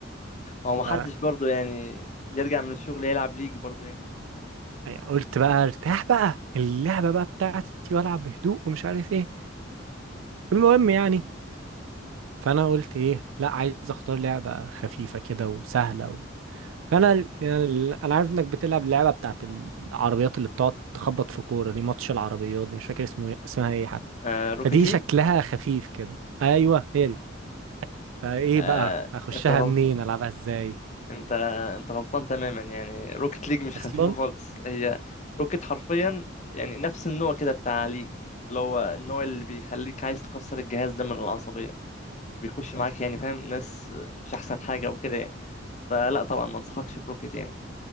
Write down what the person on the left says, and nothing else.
هو ما حدش
برضه يعني يرجع من الشغل يلعب ليج برضه يعني
آه روكيت
ليج
آه
انت غلطان
انت انت غلطان تماما يعني روكيت ليج مش
خفيفه خالص هي روكيت حرفيا يعني نفس النوع كده بتاع ليج اللي هو النوع اللي بيخليك عايز تكسر الجهاز ده من العصبيه وبيخش معاك يعني فاهم ناس مش احسن حاجه وكده يعني فلا طبعا ما انصحكش بروكيت يعني